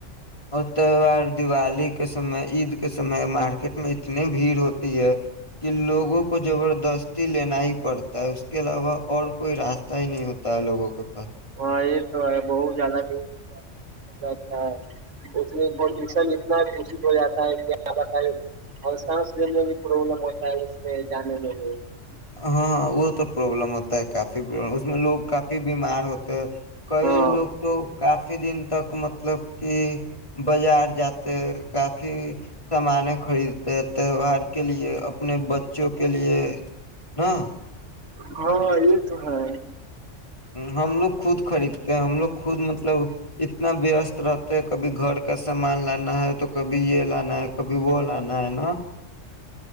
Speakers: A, on the left; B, on the right.
A: اور تہوار دیوالی کے سمے عید کے سمے مارکیٹ میں اتنی بھیڑ ہوتی ہے کہ لوگوں کو زبردست کشتی لینا ہی پڑتا ہے اس کے علاوہ اور کوئی راستہ ہی نہیں ہوتا ہے لوگوں کے پاس
B: <unintelligible> <unintelligible> <unintelligible>
A: ہاں وہ تو پروابلم ہوتا ہے کافی بڈا اس لوگ کافی بیمار ہوتے ہیں کئی
B: ہاں
A: لوگ تو کافی کافی دن تک مطلب کہ بازار جاتے ہیں کافی سامان خریدتے ہیں تہوار کے لیے اپنے بچوں کے لیے نا
B: ہاں یہ تو ہے
A: ہم لوگ خود خریدتے ہیں ہم لوگ خود مطلب اتنا وست رہتے ہیں کبھی گھر کا سامان لانا ہے تو کبھی یہ لانا ہے کبھی وہ لانا ہے نا